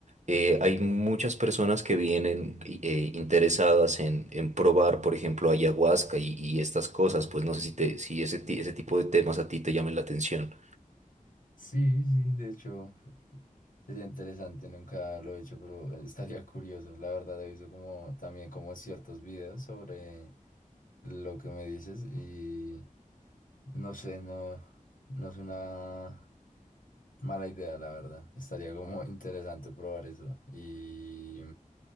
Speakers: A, on the right; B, on the left.
A: Eh, hay muchas personas que vienen eh, interesadas en, en probar, por ejemplo, ayahuasca y, y estas cosas. Pues no sé si te, si ese, ti- ese tipo de temas a ti te llamen la atención.
B: Sí, sí, de hecho sería interesante, nunca lo he hecho, pero <laughs> estaría curioso. La verdad he visto como también como ciertos videos sobre lo que me dices y no sé, no, no es una mala idea, la verdad. Estaría como interesante probar eso. Y,